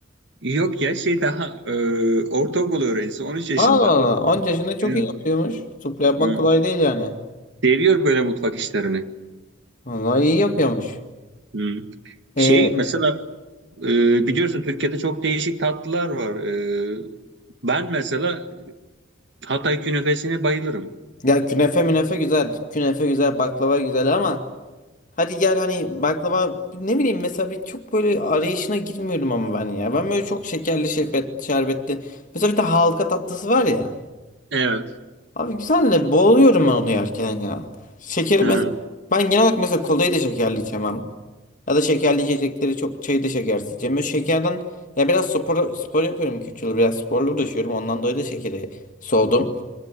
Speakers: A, on the right (about 65°); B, on the left (about 45°).
A: Yok ya şey daha e, ortaokul öğrencisi 13 yaşında.
B: Allah Allah. 10 yaşında çok
A: Evet.
B: iyi yapıyormuş. Sufle yapmak
A: Hı.
B: kolay değil yani.
A: Seviyor böyle mutfak işlerini.
B: Vallahi iyi yapıyormuş.
A: Hmm.
B: Ee,
A: Şey mesela e, biliyorsun Türkiye'de çok değişik tatlılar var. E, ben mesela Hatay künefesine bayılırım.
B: ya künefe münefe güzel. Künefe güzel, baklava güzel ama hadi gel hani baklava ne bileyim mesela bir çok böyle arayışına girmiyorum ama ben ya. Ben böyle çok şekerli şerbet, şerbetli. Mesela bir de halka tatlısı var ya.
A: Evet.
B: Abi güzel de boğuluyorum ben onu yerken ya. Şekeri
A: Hı
B: mesela
A: hı.
B: ben genel olarak mesela kolayı da şekerli içemem. Ya da şekerli içecekleri çok çayı da şekersiz içemem. Böyle şekerden ya biraz spor, spor yapıyorum küçük yıl. Biraz sporlu düşüyorum. Ondan dolayı da şekeri soğudum.